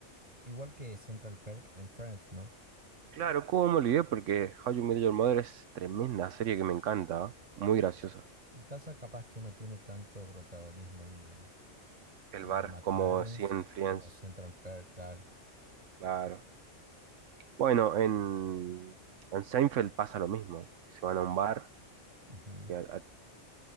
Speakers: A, on the right (about 30°); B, on the right (about 80°).
A: igual que Central Park en Friends, ¿no?
B: Claro, ¿cómo me olvidé? Porque How You Met Your Mother es tremenda serie que me encanta. Muy graciosa.
A: Y pasa capaz que no tiene tanto protagonismo el,
B: El
A: el
B: bar,
A: McLaren
B: como sí en Friends.
A: como Central Perk, claro.
B: Claro. Bueno, en, en Seinfeld pasa lo mismo. Se van a un bar.
A: Ujú,
B: y a- a-